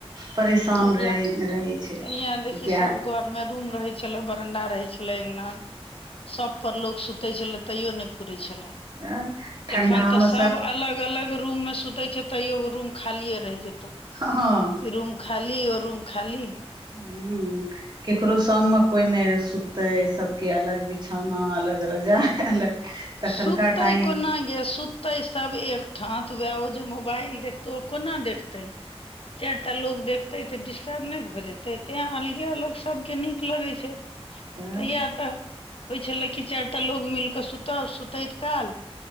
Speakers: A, on the right (about 40°); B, on the left (about 60°).
A: परेशान
B: तहिया
A: रहै रहै छै,
B: तहिया देखि
A: किया
B: सब घर में रूम रहै छलै, बरंडा रहै छलै, अङ्गना मे सभपर लोक सुतै छलै तैयो नहि पुरै छलै।
A: तऽ ठंडा
B: एखन तऽ
A: मे
B: सब अलग अलग एगो रूम मे सुते छै तैयो रूम खालिए रहि जेतौ।
A: हँ।
B: इ रूम खाली, ओ रूम खाली।
A: हूं। केकरो संग म कोइ नै सुततै सबके अलग बिछौना अलग रजाई अलग। तखनका
B: सुततै
A: टाइम
B: कोना गे सुत तै सब एकठाँ त वेएह ओ जे मोबाइल देखतौ ओ कोना देखतै। चारिटा लोग देखतेै तऽ डिस्टर्ब नै भऽ जेतै तेंए अलगे अलग सबके नीक लगै छै
A: ह
B: तहिया तऽ होइ छलै कि चारि टा लोग मिल कऽ सुतल सुतैत काल